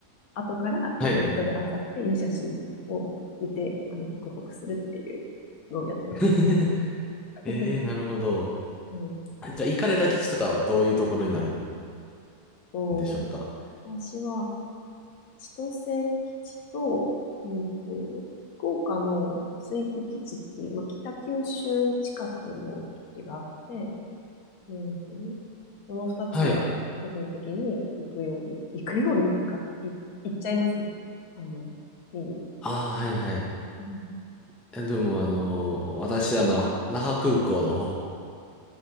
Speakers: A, on the left; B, in the centre.
A: 後からこうネットで漁っていい写真を見て、
B: はい。
A: あの、ホクホクするっていうのをやってます。
B: <laughs>
A: <laughs>
B: ええー、なるほど。
A: はい。
B: あじゃあ、行かれた基地とかはどういうところになる
A: と、
B: んでしょうか
A: 私は千歳基地と、うんと、福岡の水域基地っていう、まあ、北九州近くの基地があって、うんと、その二つは基本的に行くように、
B: はい。
A: 行くようにっていうか、い、行っちゃいますね。あの、見に。
B: ああ、はいはい。
A: うん、
B: いやでもあの、私あの、那覇空港の方、